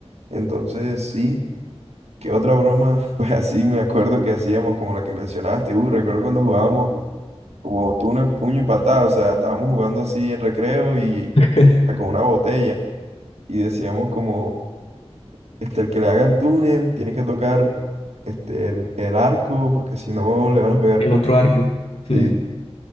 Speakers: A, on the right; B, on the left.
A: Entonces, sí. ¿Qué otra broma? <laughs> Pues así me acuerdo que hacíamos como la que mencionaste, uh, recuerdo cuando jugábamos como túnel, puño y patada, o sea, estábamos jugando así en recreo y
B: <laughs>
A: ah, con una botella y decíamos como, este, el que le hagan túnel tiene que tocar este, el, el arco porque si no le van a pegar
B: El
A: puntos.
B: otro arco. Sí,
A: Sí,